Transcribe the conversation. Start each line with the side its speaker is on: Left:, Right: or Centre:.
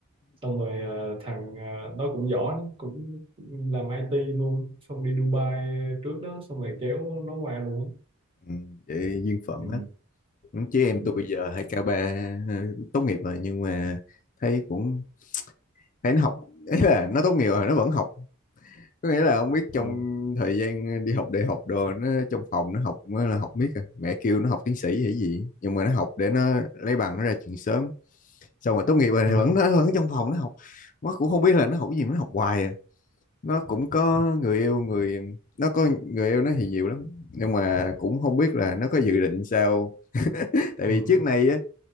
Right: xong rồi ờ, thằng ờ, nó cũng giỏi cũng làm IT luôn xong đi Dubai trước đó xong rồi kéo nó qua luôn
Left: Ừ, vậy duyên phận
Right: ừ,
Left: á Ừ, chứ em
Right: ừ,
Left: tôi giờ 2 k ba ờ, tốt nghiệp rồi nhưng mà thấy cũng thấy nó học ấy là nó tốt nghiệp rồi nó vẫn học có nghĩa là ông biết trong
Right: ừ,
Left: thời gian đi học đại học đồ nó trong phòng nó học nó là học miết à. mẹ kêu nó học tiến sĩ hay gì nhưng mà nó học để nó lấy bằng nó ra trường sớm xong rồi tốt nghiệp rồi
Right: ừ,
Left: thì vẫn nó vẫn trong phòng nó học nó cũng không biết là nó học cái gì mà nó học hoài à. nó cũng có người yêu người nó có người yêu nó thì nhiều lắm nhưng mà cũng không biết là nó có dự định sao tại
Right: ừ,
Left: vì trước này á,